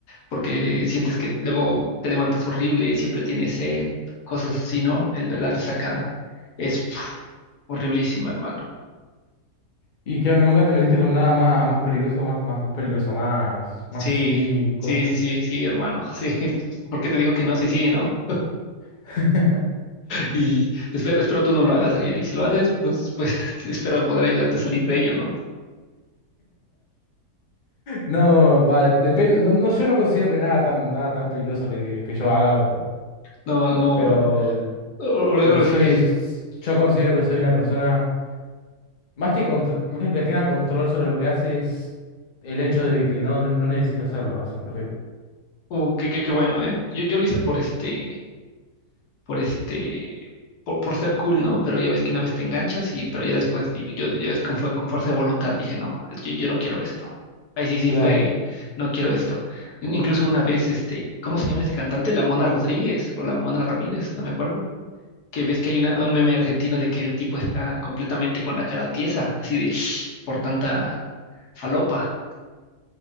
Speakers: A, on the left (about 75°); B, on the left (about 35°).
A: porque sientes que luego te levantas horrible, siempre tienes sed, cosas así, ¿no? El- la resaca es pf, horriblísima, hermano.
B: ¿Y qué onda? ¿Nunca te metiste con nada más, más peligroso, más, más, más peligroso, más,
A: Sí,
B: más así, cosa?
A: sí, sí, sí, sí, hermano. Sí, <laughs> ¿por qué te digo que no? Sí, sí, ¿no?
B: <laughs>
A: Y espero, espero tú no lo hagas, Ariel. Y si lo haces, pues, pues <laughs> espero poder ayudarte a salir de ello, ¿no?
B: No, va, de- depende, no, no, yo no considero que nada tan, nada tan peligroso que, que, que yo haga, pero,
A: No, no, no,
B: pero,
A: bro. Ahora,
B: pero
A: ahora
B: soy,
A: sí que,
B: yo considero que soy una persona. Más que, contro- más que que tenga control sobre lo que hace es el hecho de que no, no, no necesito hacerlo, a eso me refiero.
A: uh, que, que- que bueno, ¿eh? Yo, yo lo hice por este, por este, por, por ser cool, ¿no? Pero ya ves que una vez te enganchas y, pero ya después, di- yo, yo así con, fue- con fuerza de voluntad dije, no, es que yo, no quiero esto. Ahí sí, sí
B: Claro.
A: fue, no quiero esto. In- Incluso una vez, este, ¿cómo se llama ese cantante? La Mona Rodríguez o la Mona Ramírez, no me acuerdo. Que ves que hay una- un meme argentino de que el tipo está completamente con la cara tiesa, así de, <sniffs> por tanta falopa.